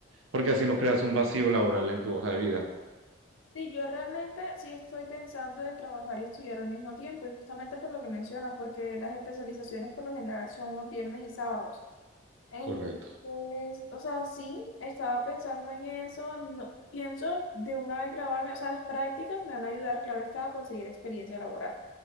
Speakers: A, on the right; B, on the left.
A: porque así no creas un vacío laboral en tu hoja de vida.
B: Sí, yo realmente sí estoy pensando en trabajar y estudiar al mismo tiempo, y justamente por lo que mencionas, porque las especializaciones por lo general son los viernes y sábados. Entonces,
A: Correcto.
B: o sea, sí, estaba pensando en eso, no, pienso de una vez grabarme, o sea, las prácticas me van a ayudar, claro está, a conseguir experiencia laboral.